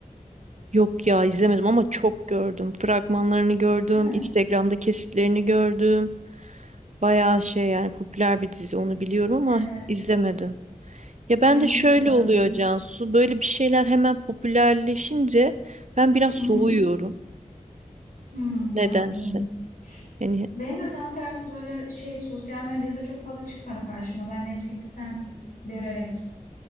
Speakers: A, on the right; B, on the left.
A: yok ya izlemedim ama çok gördüm. Fragmanlarını gördüm.
B: değil mi?
A: Instagram'da kesitlerini gördüm. Bayağı şey yani popüler bir dizi onu biliyorum ama
B: Evet.
A: izlemedim. Ya
B: Yeni
A: ben de şöyle
B: işte dördün.
A: oluyor Cansu. Böyle bir şeyler hemen popülerleşince ben biraz
B: Hı
A: soğuyorum.
B: hı. Hmm,
A: Nedense.
B: anladım.
A: Yani
B: Benim de tam tersi böyle şey sosyal medyada çok fazla çıkmadı karşıma. Ben Netflix'ten görerek